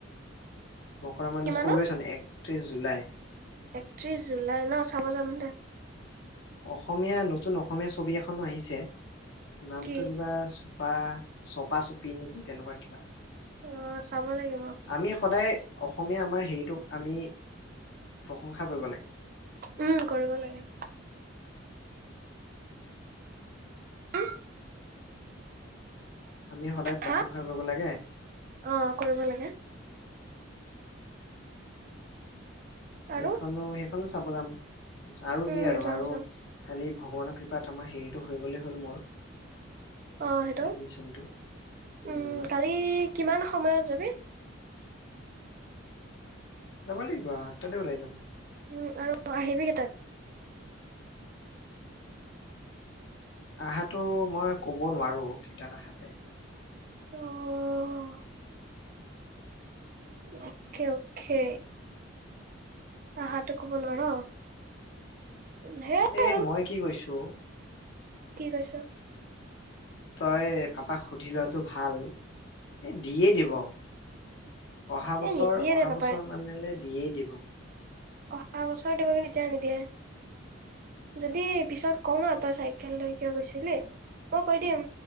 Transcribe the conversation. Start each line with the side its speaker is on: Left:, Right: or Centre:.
Left: মকৰা মানুহচ
Right: কিমানত?
Left: ক'লোৱে ছোন এক ত্ৰিছ জুলাই।
Right: একত্ৰিশ জুলাই ন চাব যাম দে।
Left: অসমীয়া নতুন অসমীয়া ছবি এখনো আহিছে। নামটো
Right: কি?
Left: কিবা আ চপা চপি নেকি তেনেকুৱা কিবা।
Right: অ' চাব লাগিব।
Left: আমি সদায় অসমীয়া আমাৰ হেৰিটোক আমি প্ৰশংসা কৰিব লাগে।
Right: উম কৰিব লাগে। উম,
Left: আমি সদায় প্ৰশংসা
Right: হা?
Left: কৰিব লাগে।
Right: অ' কৰিব লাগে। আৰু?
Left: এইখনো সেই সেইখনো চাব যাম। আৰু
Right: উম,
Left: কি আৰু
Right: যাম
Left: আৰু
Right: যাম।
Left: খালি ভগৱানৰ কৃপাত আমাৰ হেৰিটো হৈ গ'লেই হ'ল মোৰ।
Right: অ' সেইটো।
Left: এডমিশনটো বি
Right: উম!
Left: বৰুৱাত
Right: কালি কিমান সময়ত যাবি?
Left: যাব লাগিব আঠটাতে ওলাই যাম।
Right: উম আৰু আহিবি নেকি তাত?
Left: আহাতো মই কব নোৱাৰো, কেইটাত আহা যায়।
Right: অহ অকে, অখে, আহাতো কব নোৱাৰ সেয়াই
Left: এ,
Right: আৰু
Left: মই কি কৈছো
Right: কি কৈছ?
Left: তই পাপাক সুধি লোৱাটো ভাল, এ দিয়েই দিব অহা
Right: এ
Left: বছৰ,
Right: নিদিয়ে
Left: অহা
Right: দে পাপাই।
Left: বছৰ মানলে দিয়েই দিব <unintelligible>
Right: অহা বছৰ দিব কিন্তু এতিয়া নিদিয়ে, যদি পিছত কও নহ তই চাইকেললৈ কিয় গৈছিলি, মই কৈ দিম